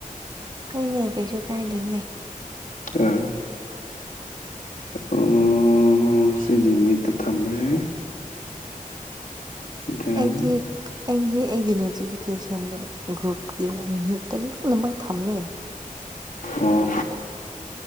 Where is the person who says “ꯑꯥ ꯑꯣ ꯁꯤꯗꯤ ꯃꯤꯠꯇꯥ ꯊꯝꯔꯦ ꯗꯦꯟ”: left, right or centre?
Left